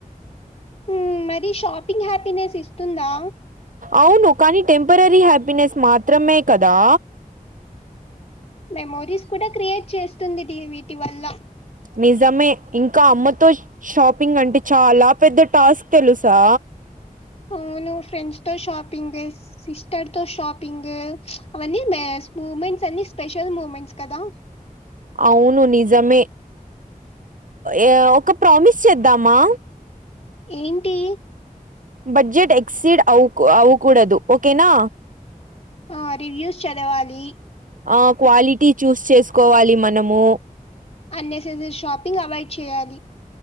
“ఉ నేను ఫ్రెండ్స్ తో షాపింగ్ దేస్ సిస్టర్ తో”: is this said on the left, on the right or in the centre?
Left